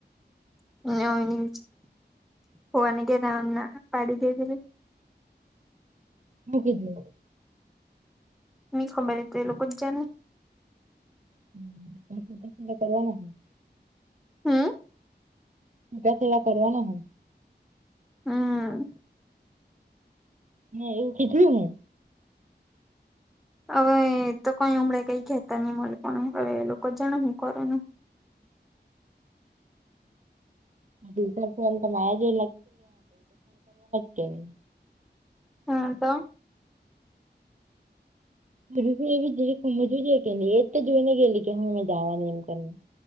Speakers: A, in the centre; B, on the right.
A: <inaudible>
B: મુકી દીધી
A: <unintelligible> લોકો જ જાને
B: <inaudible>
A: હા
B: પૂજા સેવા કરવાના હો
A: હા
B: હા એવું કીધું હું
A: હવે તો કઈ હમળે કઈ કેતા નહી મને પણ હવે એ લોકો જાણ હું કર <unintelligible>
B: <unintelligible> તો ફોન કરવાનો જ <unintelligible>
A: હા તો
B: <unintelligible> જવાની એમ કરી